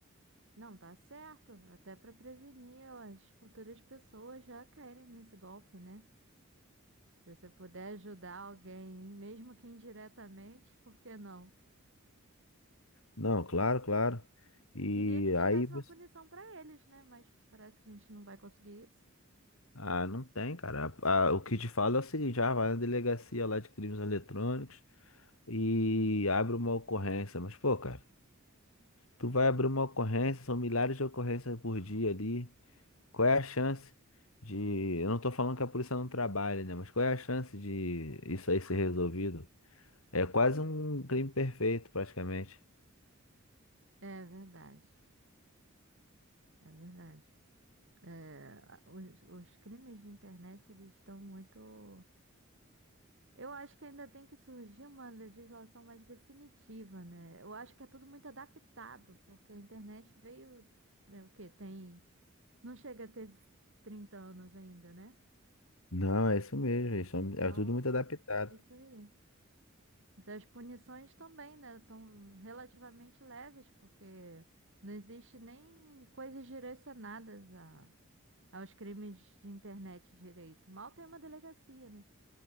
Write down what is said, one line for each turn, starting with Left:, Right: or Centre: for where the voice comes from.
Right: Não, tá certo. Até para prevenir as futuras pessoas já caírem nesse golpe, né? Se você puder ajudar alguém, mesmo que indiretamente, por que não?
Left: Não, claro, claro. E
Right: Queria que tivesse
Left: aí você.
Right: uma punição para eles, né? Mas parece que a gente não vai conseguir isso.
Left: Ah, não tem, cara. Ah, o que te falo é o seguinte: ah, vai na delegacia lá de crimes eletrônicos e abre uma ocorrência. Mas, pô, cara, tu vai abrir uma ocorrência, são milhares de ocorrências por dia ali. Qual é a chance de. Eu não tô falando que a polícia não trabalha, né? Mas qual é a chance de isso aí ser resolvido? É quase um crime perfeito, praticamente.
Right: É verdade, é verdade. É, a- os, os crimes de internet, eles estão muito Eu acho que ainda tem que surgir uma legislação mais definitiva, né? Eu acho que é tudo muito adaptado, porque a internet veio, né, o quê? Tem, não chega a ter trinta anos ainda, né?
Left: Não, é isso mesmo. eles são-
Right: Então,
Left: É tudo muito adaptado.
Right: isso aí. Das punições também, né? Estão relativamente leves, porque não existe nem coisas direcionadas a, aos crimes de internet direito. Mal tem uma delegacia, né?